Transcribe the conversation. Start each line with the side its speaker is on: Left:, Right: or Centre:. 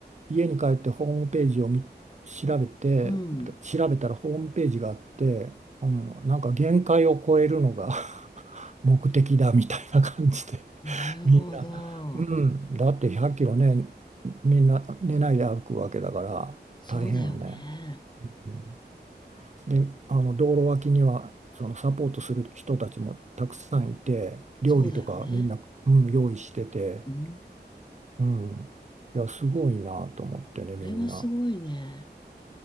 Right: 家に帰ってホームページを見調べて、
Left: うん。
Right: 調べたらホームページがあって、うん、なんか限界を超えるのが <laughs> 目的だみたいな感じで、
Left: なるほど。
Right: <laughs> みんな、うん、だって100キロね、みんな寝ないで歩くわけだから大変よね。
Left: そうだよね。
Right: うんで、あの道路脇にはそのサポートする人たちもたくさんいて、料理とかみんな、
Left: そうだよね。
Right: うん、用意してて。
Left: うん
Right: うん。いや、すごいなと思ってね、
Left: それはすごいね。
Right: みんな。